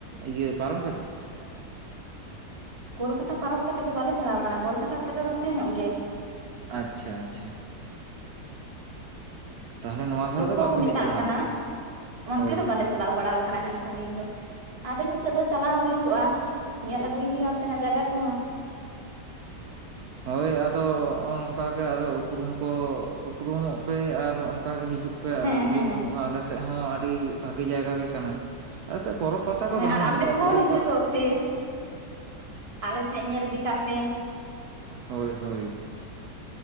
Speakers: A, on the right; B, on the right.
A: ᱤᱭᱟᱹ ᱯᱟᱨᱚᱢ ᱠᱟᱛᱮ
B: ᱠᱳᱞᱠᱟᱛᱟ ᱯᱟᱨᱚᱢ ᱠᱟᱛᱮᱜ ᱫᱚ ᱵᱟᱞᱮ ᱪᱟᱞᱟᱣ ᱟᱠᱟᱱᱟ ᱠᱳᱞᱠᱟᱛᱟ ᱠᱷᱚᱱ ᱫᱚ ᱱᱚᱛᱮ ᱧᱚᱜ ᱜᱮ
A: ᱟᱪᱪᱷᱟ ᱟᱪᱪᱷᱟ ᱛᱟᱦᱚᱞᱮ ᱱᱚᱣᱟ ᱫᱷᱟᱨᱮ
B: ᱥᱩᱠᱠᱷᱚ
A: ᱫᱚ ᱵᱟᱯᱮ
B: ᱠᱚ ᱢᱮᱛᱟᱜ
A: ᱦᱮᱡ ᱵᱟᱲᱟ
B: ᱠᱟᱱᱟ
A: ᱟᱠᱟᱱᱟ
B: ᱚᱱᱛᱮ
A: ᱦᱳᱭ
B: ᱫᱚ ᱵᱟᱞᱮ
A: ᱦᱳᱭ
B: ᱪᱟᱞᱟᱣ ᱵᱟᱲᱟ ᱠᱟᱱᱟ ᱩᱱᱟᱹᱜ ᱥᱟᱺᱜᱤᱧ ᱫᱚ ᱟᱫᱚ ᱱᱤᱛᱳᱜ ᱫᱚ ᱪᱟᱞᱟᱣ ᱦᱩᱭᱩᱜᱚᱜᱼᱟ ᱧᱮᱞ ᱟᱹᱜᱩᱭ ᱦᱩᱭᱩᱜᱼᱟ ᱚᱱᱛᱮᱱᱟᱜ ᱡᱟᱭᱜᱟ ᱠᱚᱦᱚᱸ᱾
A: ᱦᱳᱭ ᱟᱫᱚ ᱱᱚᱜᱼᱚ ᱱᱚᱝᱠᱟᱜᱮ ᱟᱫᱚ ᱩᱯᱨᱩᱢ ᱠᱚ ᱩᱯᱨᱩᱢᱚᱜ ᱯᱮ ᱟᱨ ᱦᱚᱸ ᱚᱱᱠᱟᱜ ᱜᱮ ᱦᱤᱡᱩᱜ ᱯᱮ ᱯᱮ
B: ᱦᱮᱸ
A: ᱤᱭᱟᱹ
B: ᱦᱮᱸ
A: ᱵᱟᱹᱱᱩᱜᱼᱟ᱾ ᱟᱞᱮᱥᱮᱫ ᱦᱚᱸ ᱟᱹᱰᱤ ᱵᱷᱟᱜᱤ ᱡᱟᱭᱜᱟ ᱜᱮ ᱠᱟᱱᱟ᱾ ᱟ ᱥᱮᱫ ᱯᱚᱨᱚᱵᱽ ᱯᱟᱛᱟ ᱠᱚ
B: ᱦᱮᱸ
A: ᱫᱚ ᱫᱚᱢᱮ
B: ᱟᱨ
A: ᱦᱩᱭᱩᱜᱼᱟ
B: ᱟᱯᱮ ᱠᱚᱦᱚᱸ
A: ᱯᱚᱨᱚᱵᱽ
B: ᱦᱤᱡᱩᱜᱚᱜ
A: ᱯᱟ
B: ᱯᱮ ᱟᱞᱮ ᱥᱮᱫ ᱧᱮᱞ ᱤᱫᱤ ᱠᱟᱜ ᱯᱮ
A: ᱦᱳᱭ ᱦᱳᱭ